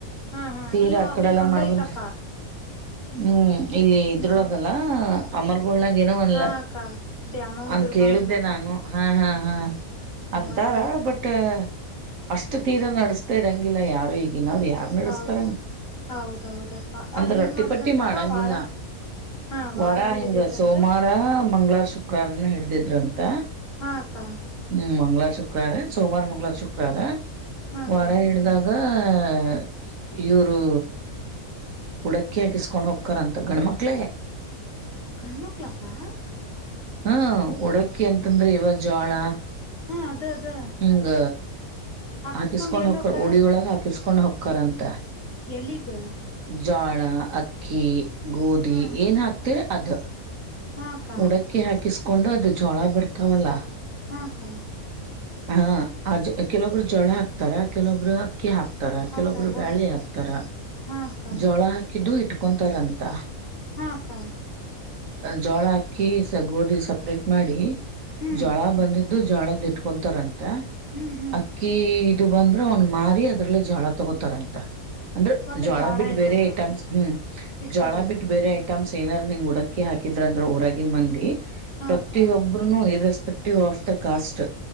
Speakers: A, on the left; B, on the right.
A: ಹಾ ಹಾ
B: ತೀರ
A: ಇಲ್ಲ
B: ಅಕಡೆಲ್ಲ
A: ಇಲ್ಲಿ ಹಂಗ
B: ಮಾಡ್ಬಾರ
A: ಐತಕ್ಕ
B: ಹ್ಮ ಇಲ್ಲಿ ಇದ್ರೊಳಗಲ್ಲ.
A: ಹ್ಮ್
B: ಆಮರ್ ನಾಗ ಏನೋ ಅಲ್ಲ
A: ಹಾ ಅಕ್ಕ ದ್ಯಾಮವ
B: ಅಂತ
A: ದುರ್ಗವಂದ
B: ಕೇಳಿದ್ದೆ ನಾನು ಹಾ ಹಾ. ಹಾ ಅಂತಾರ
A: ಒಂದೊಂದ್
B: ಬಟ್. ಅಷ್ಟು ತೀರ ನಡೆಸ್ತಾ ಇದ್ದಂಗಿಲ್ಲ ಯಾರು ಈಗ. ಗನ್ವ್ರರು ಯಾರ್ ನಡೆಸ್ತಾರಂಗ
A: ಹೌದು ಹೌದೌದಕ್ಕ
B: ಅಂದ್ರ
A: ಅಲ್ಲಿ ಏನ್
B: ರೊಟ್ಟಿ
A: ಮಾಡುದಂತಕ್ಕ
B: ಪಟ್ಟಿ ಮಾಡಂಗಿಲ್ಲ
A: ವಾರ ಹಾ
B: ವಾರ
A: ಹಿಡಿದಿದ್ರಂತ
B: ಹಿಂಗ ಸೋಮವಾರ ಮಂಗ್ಳವಾರ ಶುಕ್ರಾರನ ಹಿಡ್ದಿದರುಂತ.
A: ಹಾ ಅಕ್ಕ
B: ಹ್ಞ ಮಂಗಳಾರ ಶುಕವಾರ ಸೋಮವಾರ ಮಂಗಳವಾರ ಶುಕ್ರಾರ.
A: ಹಾ ಅಕ್ಕ
B: ವರ ಹಿಡ್ದಾಗ. ಹ ಈರು. ಹುಡಕ್ಕಿ ಹಾಕಿಸಸ್ಕೊಂಡ್ ಹಕ್ಕರಂತ ಗಂಡ್ಮಕ್ಳೇ.
A: ಕಣ್ಮಕ್್ಲಾಕಾ.
B: ಹ್ಮ ಉಡಕ್ಕಿ ಅಂತಂದ್ರೆ ಇವ ಜೋಳ.
A: ಹಾ ಅದ ಅದ
B: ಹಿಂಗ
A: ಹಾಕಸ್ಕೊಂಡ್
B: ಹಾಕಿಸ್ಕೊಂಡ್
A: ಎಲ್ಲಿ
B: ಹಕ್ಕ
A: ಹೋಕಾರ
B: ಉಡಿೊಳಗ ಹಾಕಿಸ್ಕೊಂಡ್ ಹಕ. ಕ
A: ಎಲ್ಲಿ ಗೆ.
B: ಜೋಳ ಅಕ್ಕಿ. ಗೋಧಿ
A: ಹಾ
B: ಏನ್ ಹಾಕ್ತಿರ. ಅದು.
A: ಹಾ ಅಕ್ಕ
B: ಉಡಕ್ಕಿ ಹಾಕಿಸ. ಕಕೊಂಡು ಅದು ಜೋಳ ಬರ್ತಾವಲ್ಲ.
A: ಹಾ ಅಕ್ಕ.
B: ಹ ಅ ಕೆಲೊಬ್ರು ಜಳ ಹಾಕ್ತಾರ ಕೆಲೊಬ್ರು. ಅಕ್ಕಿ ಹಾಕ್ತಾರ
A: ಹಾಕ್ತಾರ
B: ಕೆಲವೊಬ್ರು
A: ಹೌದು
B: ಬ್ಯಾಳೆ ಹಾಕ್ತಾರ
A: ಹಾ ಅಕ್ಕ
B: ಜೋಳ ಹಾಕಿ ದು ಇಟ್ ಕಕೊಂತಾರಂತ
A: ಹಾಕ್ಕ
B: ಜೋಳ ಹಾಕಿ ಸ ಗೋಧಿ ಸಪ್ರೇಟ್ ಮಾಡಿ
A: ಹ್ಮ್
B: ಜ್ವಳ ಬಂದ ದು ಜಳಿಟ್ಟು ಕೊಂತರನ್
A: ಹ್ಮ್ ಹ್ಮ್
B: ಅಕ್ಕಿ ಇದು ಬಂದ್ರೆ ಅವ್ನ್ ಮಾರಿ ಅದ್ರಲ್ಲಿ ಜೋಳ ತಗೋತಾರಂತ ಅಂದ್ರೆ
A: ಒಟ್ಟು
B: ಜೋಳ ಬಿಟ್ಟ
A: ಇರ್ಬೇಕು
B: ಬೇರೆ ಐಟಮ್ಸ್ ಹ್ಮ್
A: ಇಟ್ಕೊಳಲ್ಲ
B: ಜೋಳ ಬಿಟ್ಟ ಬೇರೆ ಐಟಮ್ಸ್ ಏನಾರ ನಿಂಗ್ ಹುಡಕ್ ಅಕ್ಕಿ ಹಾಕಿದ್ರ ಅಂದ್ರ ಊರಾಗಿನ್ ಮಂದಿ
A: ಹಾ
B: ಪ್ರತಿಯೊಬ್ರುನುೂ
A: ಅಕ್ಕ
B: ಇರಷ್ಟ ಎಸ್ಪೆಕ್ಟಿವ್ ಆಫ್ ದ ಕಾಸ್ಟ್